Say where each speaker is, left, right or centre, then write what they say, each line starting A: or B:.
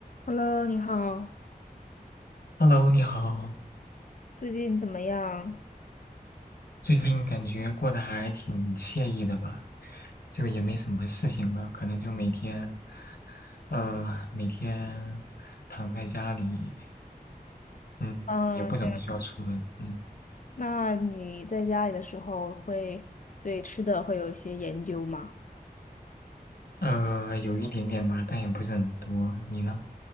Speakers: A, on the left; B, on the left.
A: Hello，你好，
B: Hello，你好，
A: 最近怎么样？
B: 最近感觉过得还挺惬意的吧？就也没什么事情了，可能就每天，呃，每天躺在家里，嗯，
A: 嗯，
B: 也不怎么需要出门，
A: 这样。
B: 嗯，
A: 那你在家里的时候会对吃的会有一些研究吗？
B: 呃，有一点点吧，但也不是很多。你呢？